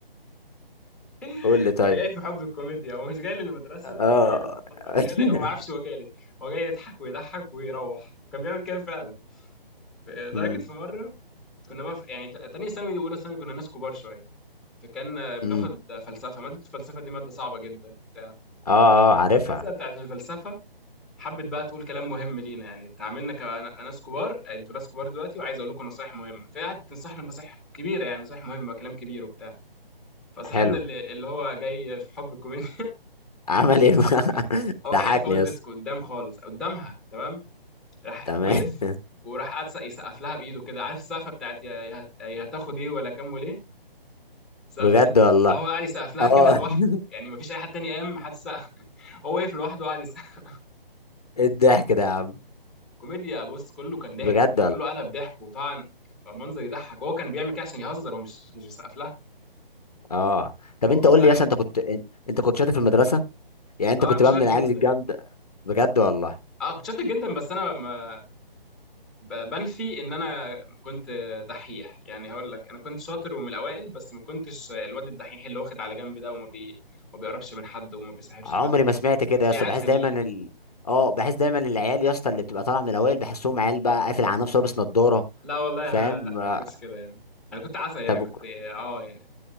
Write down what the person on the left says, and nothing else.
قول لي طيب
اه
<laughs>
امم
امم
اه اه
عارفها
حلو
عمل ايه بقى
<laughs>
ضحكني
يس
تمام
<laughs>
بجد
والله
اه
<laughs>
ايه الضحك ده يا عم
بجد والله
اه طب
انت
قول لي يس انت كنت انت كنت شاطر في المدرسه يعني انت
كنت
بقى
من العيال
الجامده بجد والله
عمري
ما سمعت كده
يا اسطى
بحس
دايما ال... اه بحس دايما العيال يا اسطى اللي بتبقى طالعه من الاوائل بحسهم عيال بقى قافل على نفسه لابس نضاره
فاهم
آه،
طب